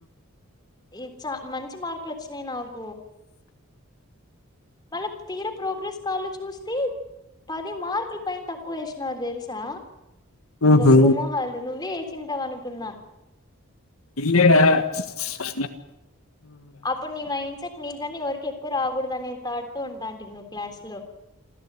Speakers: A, on the left (about 20°); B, on the left (about 75°).
A: ఈ చ మంచి మార్కులు వచ్చినాయి నాకు మళ్ళ తీర ప్రోగ్రెస్ కార్డ్ లో చూస్తే పది మార్కులు పైన తక్క వ ఏషినారు తెలుసా
B: ఆహా
A: గబ్బు మోహాలు నువ్వే ఏసింటావనుకున్నా
B: ఇల్ేడా <unintelligible>
A: అప్పుడు నీ మైండ్ సెట్ నీకంటే ఎవరికి ఎక్కువ రాకూడదు అనే థాట్ తో ఉంటాటి నువ్వు క్లాస్ లో